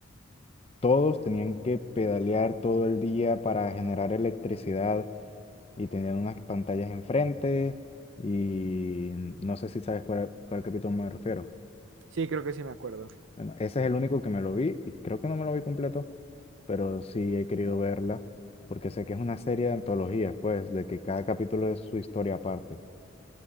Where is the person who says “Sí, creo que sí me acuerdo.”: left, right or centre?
Right